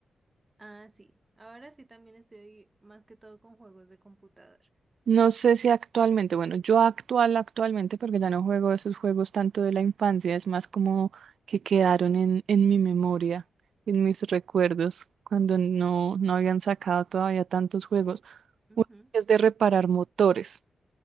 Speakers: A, on the right (about 20°); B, on the right (about 70°).
A: Ah, sí. Ahora sí también estoy más que todo con juegos de computador.
B: No sé si actualmente, bueno, yo actual actualmente porque ya no juego esos juegos tanto de la infancia, es más como que quedaron en, en mi memoria, en mis recuerdos, cuando no, no habían sacado todavía tantos juegos.
A: Ujú.
B: Uno es de reparar motores,